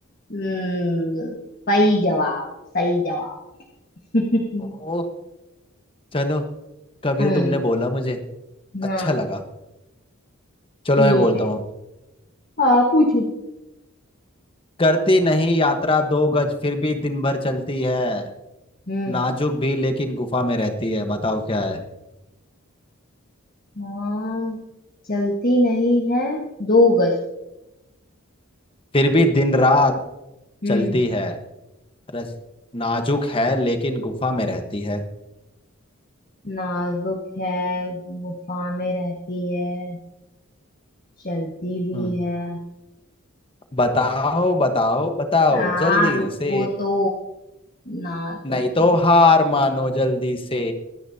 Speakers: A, on the left; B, on the left.
A: हम्म सही जवाब सही जवाब
B: ओ
A: <laughs>
B: चलो कभी
A: हम्म
B: तो तुमने बोला मुझे
A: हाँ
B: अच्छा लगा चलो
A: ठीक
B: मैं बोलता
A: है
B: हूँ
A: हाँ पूछो
B: करती नहीं यात्रा दो गज फिर भी दिन भर चलती है
A: हम्म
B: नाजुक भी लेकिन गुफा में रहती है बताओ क्या है
A: हाँ चलती नहीं है दो गज
B: फिर भी दिन रात
A: हम्म
B: चलती है रस नाजुक है लेकिन गुफा में रहती है
A: नाजुक है गुफा में रहती है चलती भी
B: हम्म
A: है
B: बताओ बताओ बताओ
A: हाँ
B: जल्दी
A: रुको
B: से
A: तो ना तो
B: नहीं
A: क्या
B: तो हार मानो जल्दी से